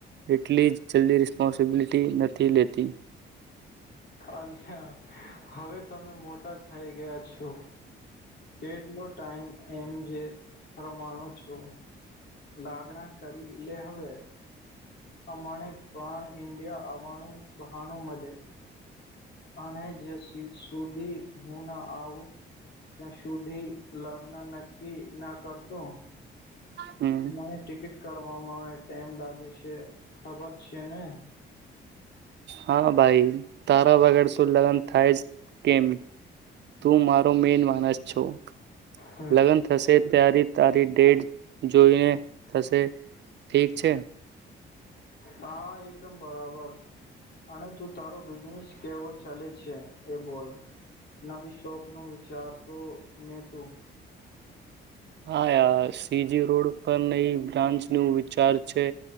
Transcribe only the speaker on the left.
અલ્હા હવે તમે મોટા થઇ ગયા છો કેટલો ટાઈમ એમ જે પ્રમાણુ છો લાગણા કરી એટલે હવે અમાણે પ્રણ ઇન્ડિયા આવવાનું બહાનુંું મળે અણ જ શિવ સુુધી હો ના આવ ત્યાં શ સુધી લગ્ન નક્કી ના કરતો
મને ટિકિટ કરવામાં એ ટાઈમ લાગે છે ખબર છે ને
હમ
હા એકદમ બરાબર અને તું તારો બિઝનેસ કેવો ચાલે છે એ બોલ નવી શોપ નું વિચારતો ને તું